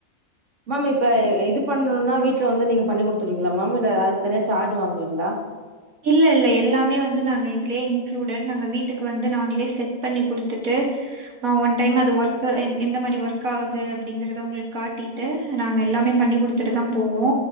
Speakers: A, on the right (about 60°); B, on the right (about 85°).
A: மேம் இப்ப இது பண்ணுனா வீட்ல வந்து நீங்க பண்ணி குடுத்துர்வீங்ளா மேம் இல்ல அதுக்கு தனியா சார்ஜ் வாங்குவீங்ளா
B: இல்ல இல்ல எல்லாமே வந்து நாங்க இதுலயே இன்க்ளூடட் நாங்க வீட்டுக்கு வந்து நாங்களே செட் பண்ணி குடுத்துட்டு ஆ ஒன் டைம் அது ஒர்க் எந்த மாரி ஒர்க் ஆவுது அப்டிங்குறத உங்களுக் காட்டி டு நாங்க எல்லாமே பண்ணி குடுத்துட்டுதா போவோ